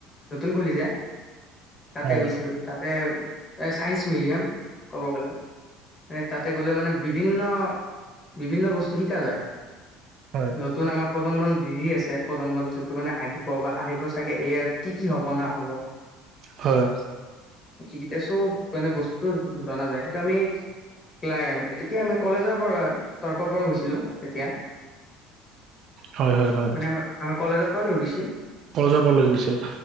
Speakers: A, on the left; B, on the right.
A: নতুন খুলিছে, তাতে
B: হয়
A: গৈছিলো। তাত এ, এ চাইন্স মিউজিয়াম ক'ব গ'লে। তাতে গ'লে মানে বিভিন্ন বিভিন্ন বস্তু শিকা যায়।
B: হয়
A: নতুন আমাৰ প্ৰজন্ম মালি আছে প্ৰজন্মত যোনটো মানে আহিব বা আহিব চাগে এয়াত কি কি হব না হব
B: হয়।
A: কিকিটা চব মানে বস্তু জনা যায়। সেইটো আমি ক্লাইম এইটোকে <unintelligible> কলেজৰ পৰা তৰফৰ পৰা গৈছিলোঁ তেতিয়া।
B: হয় হয় হয়
A: মানে আমাৰ, আমাৰ কলেজৰ পৰা লৈ গৈছিল।
B: কলেজৰ পৰা লৈ গৈছিল,